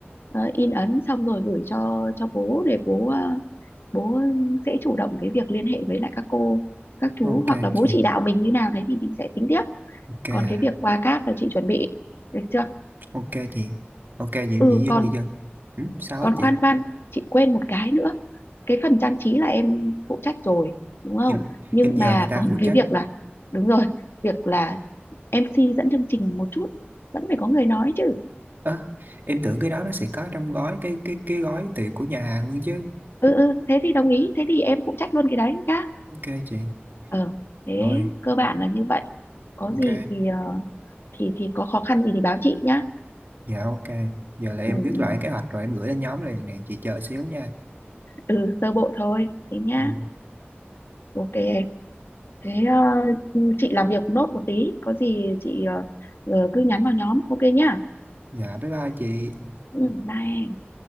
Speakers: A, on the left; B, on the right.
A: ờ, in ấn xong rồi gửi cho cho bố để bố ờ, bố sẽ chủ động cái việc liên hệ với lại các cô các chú
B: ok
A: hoặc là bố
B: chị
A: chỉ đạo mình như nào đấy thì mình sẽ tính tiếp
B: ok
A: còn
B: à
A: cái việc qua cáp là chị chuẩn bị được chưa
B: ok chị ok vậy em
A: ừ Ừ.
B: gì
A: còn
B: gì dân ừ, sao
A: còn
B: á chị
A: khoan khoan chị quên một cái nữa cái phần trang trí là em phụ trách rồi đúng không
B: em
A: nhưng
B: em nhờ
A: mà
B: người ta
A: còn
B: phụ trách
A: cái việc là đúng rồi việc là em MC dẫn chương trình một chút vẫn phải có người nói chứ
B: ơ em tưởng cái đó nó sẽ có trong gói cái cái cái gói tiệc của nhà hàng luôn chứ
A: ừ ừ thế thì đồng ý thế thì em phụ trách luôn cái đấy nhá
B: ok chị
A: ờ thế
B: rồi
A: cơ bản là như vậy có
B: ok
A: gì thì ờ, thì thì có khó khăn gì thì báo chị nhá
B: dạ ok giờ là em
A: ừ
B: viết
A: ừ
B: lại kế hoạch rồi em gửi lên nhóm liền nè chị chờ xíu nha
A: ừ, sơ bộ thôi thế nhá
B: ừ.
A: ok em thế ờ, chị làm việc nốt một tí có gì chị ờ, ờ, cứ nhắn vào nhóm ok nhá
B: dạ bye bye chị
A: ừ, bye em